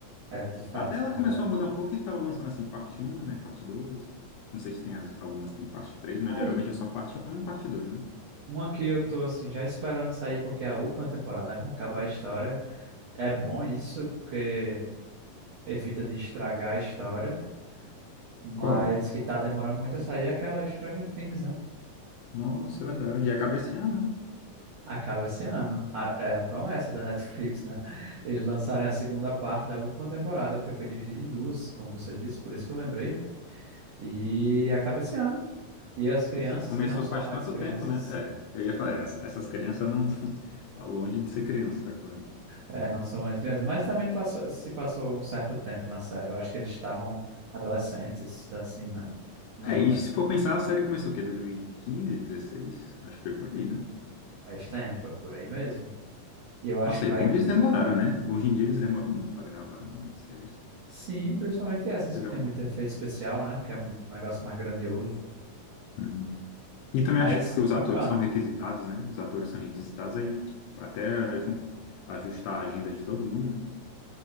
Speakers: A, on the right; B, on the left.
A: é de fato,
B: até ela
A: é
B: começou
A: verdade.
B: a mudar um pouco e tá lançando assim, parte um né? Parte dois Não sei se tem as- algumas tem parte três mas
A: Aí,
B: geralmente é só parte um parte dois né?
A: uma que eu tô, assim, já esperando sair, porque é a última temporada, né? Vai acabar a história. É bom isso, porque evita de estragar a história, mas
B: Qual?
A: que tá demorando muito a sair é aquela Stranger Things, né?
B: Nossa, é verdade. E acaba esse ano, né?
A: Acaba esse ano. A- é a promessa da Netflix, né? Eles lançarem a segunda parte da última temporada, porque foi dividida em duas, como você disse, por
B: Hum,
A: isso que eu lembrei. E acaba esse ano. E as crianças,
B: Nossa, e começou
A: que não são
B: faz
A: mais
B: tanto
A: crianças,
B: tempo, né? É, eu ia falar, ess- essas crianças não <laughs> tá longe de ser criança agora.
A: é, não são mais crianças, mas também passou- se passou um certo tempo na série. Eu acho que eles estavam adolescentes, assim, né? No,
B: É, e se for pensar, a série começou o quê? 2015, 16? Acho que foi por aí, né?
A: faz tempo, é por aí mesmo. E eu acho
B: Nossa,
A: que vai.
B: e como eles demoraram, né? Hoje em dia eles demoram muito pra gravar, né? As séries.
A: Sim, principalmente essas
B: Você
A: que
B: vê
A: tem
B: um...
A: muito efeito especial, né? Que é um negócio mais grandioso.
B: Hum. E também
A: Mas
B: acho que porque os
A: bacana.
B: atores são requisitados, né? Os atores são requisitados, aí tipo, até aju- ajustar a agenda de todo mundo, né?